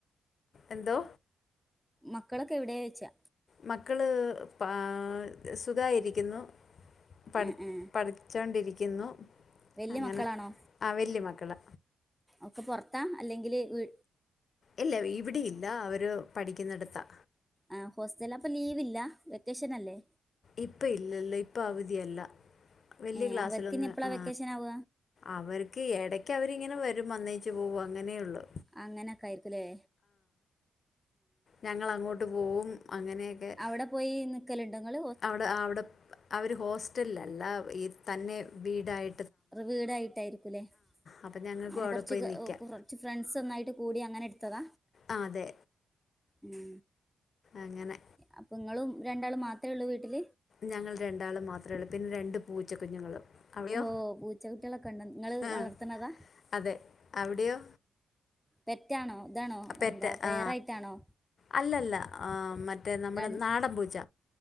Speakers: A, on the left; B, in the centre.
A: എന്തോ
B: മക്കളൊക്കെ എവ്ടെയ്ച്ചാ
A: മക്കള് പാ സുഖയിരിക്കുന്നു പട്
B: ഏ ഏ
A: പഠിച്ചോണ്ടിരിക്കുന്നു
B: വല്യ
A: അങ്ങനെ
B: മക്കളാണോ
A: ആ വല്യ മക്കളാ
B: ഒക്കെ പൊറത്താ അല്ലെങ്കിൽ വി
A: ഇല്ല ഇവിടെ ഇല്ല അവര് പഠിക്കുന്നടത്താ
B: ആഹ് ഹോസ്റ്റല അപ്പൊ ലീവ്‌ല്ല വെക്കേഷനല്ലേ
A: ഇപ്പ ഇല്ലല്ല ഇപ്പൊ അവധിയല്ല വലിയ
B: ഏ
A: ക്ലാസ്സിലൊന്നും
B: അവർക്ക്നി എപ്പള
A: ആ
B: വെക്കേഷനവ
A: അവർക്ക് ഇടയ്ക്ക് അവരിങ്ങനെ വരും വന്നേച്ചു പോകും അങ്ങനെയുള്ളു
B: അങ്ങനൊക്കെ ആയിരിക്കുല്ലേ
A: ഞങ്ങളഅങ്ങോട്ട് പോവും അങ്ങനെയൊക്കെ
B: അവ്ടെ പോയി നിൽക്കലുണ്ടങ്ങൾ
A: അവിടെ ആ അവിടെ അവര് ഹോസ്റ്റലല്ല ഈ തന്നെ വീടായി
B: ർ വിടയിട്ടായിരിക്കുല്ലേ
A: അപ്പം ഞങ്ങൾക്കും
B: അങ്ങനെ
A: അവിടെ
B: കുറച്ച്
A: പോയി
B: <unintelligible>
A: നിൽക്കാം
B: ഫ്രണ്ട്സ് ഒന്നായിട്ട് കൂടി അങ്ങനെ എടു തദ
A: ആഹ് അതെ
B: ഉം
A: അങ്ങനെ
B: അപ്പം ഇങ്ങളും രണ്ടാളും മാത്ര ഉള്ളൂ വീട്ടിൽ
A: ഞങ്ങൾ രണ്ടാള് മാത്ര ഉള്ളൂ പിന്നെ രണ്ട് പൂച്ചക്കുഞ്ഞുങ്ങളും അവിടെയോ
B: ഓ പൂച്ചകുട്ടികളൊക്കെണ്ടൊ ഇങ്ങള്
A: ആ
B: വളർത്തണതാ
A: അതെ അവിടെയോ
B: പെറ്റാണോ ഇതാണോ
A: പെറ്റ്
B: എന്താ പേറായിട്ടാണോ
A: ആ അല്ലല്ല ആ മ റ്റേ നമ്മടെ
B: രൺ
A: നാടൻപൂച്ച